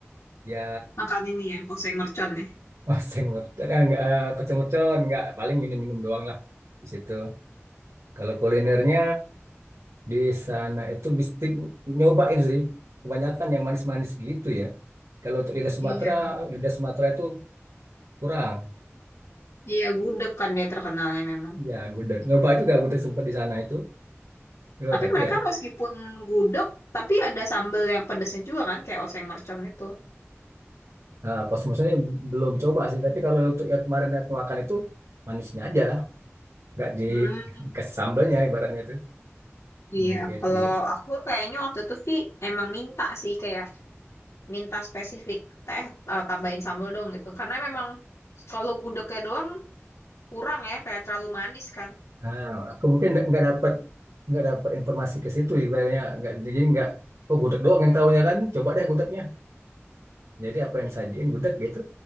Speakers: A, on the right; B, on the left.
A: Ya
B: makan ini ya, oseng mercon ya.
A: Oh, seng mercon. Eh, nggak eh, kecil mercon. Enggak, paling minum-minum doang lah di situ. Kalau kulinernya di sana itu bistik nyobain sih. Kebanyakan yang manis-manis gitu ya. Kalau untuk lidah Sumatera,
B: Iya.
A: lidah Sumatera itu kurang.
B: Iya, gudeg kan dia terkenalnya memang.
A: Ya, gudeg. Nyoba juga gudeg sempat di sana itu. Ya,
B: Tapi
A: tapi
B: mereka
A: ya,
B: meskipun gudeg, tapi ada sambel yang pedesnya juga kan, kayak oseng mercon itu.
A: eh, pas maksudnya belum coba sih. Tapi kalau untuk yang kemarin aku makan itu manisnya aja. nggak dikasih
B: Hmm.
A: sambelnya ibaratnya itu.
B: Iya,
A: Hmm, kayak
B: kalau
A: gitu.
B: aku kayaknya waktu itu sih emang minta sih kayak minta spesifik teh eh, tambahin sambal dong gitu. Karena memang kalau gudegnya doang kurang ya kayak terlalu manis kan.
A: Nah, aku mungkin nggak nggak dapat nggak dapat informasi ke situ ibaratnya nggak jadi nggak oh gudeg doang yang tahunya kan coba deh gudegnya jadi apa yang disajiin gudeg gitu